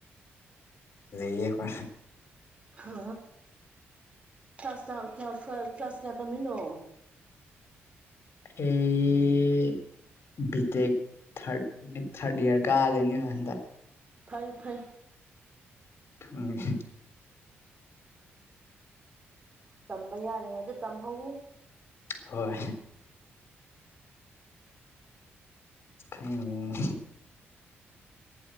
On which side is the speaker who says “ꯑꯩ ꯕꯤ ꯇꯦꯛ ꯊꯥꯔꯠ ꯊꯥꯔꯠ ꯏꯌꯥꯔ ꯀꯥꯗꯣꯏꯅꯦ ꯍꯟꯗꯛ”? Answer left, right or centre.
Left